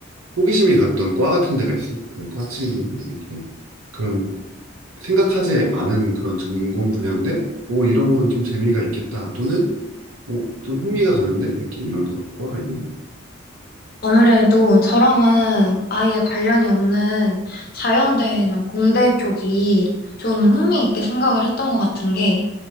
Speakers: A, on the right; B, on the left.
A: 호기심이 갔던 과 같은 데가 있어 그 과 친구는 네, 이렇게 그런 생각하지 않은 그런 전공 분야인데, 오 이런 건 좀 재미가 있겠다. 또는 오좀 흥미가 가는데 이렇게 이런 거- 과가 있니?
B: 아무래도 저랑은 아예 관련이 없는 자연대나 공대 쪽이 좀 흥미있게 생각을 했던 것 같은 게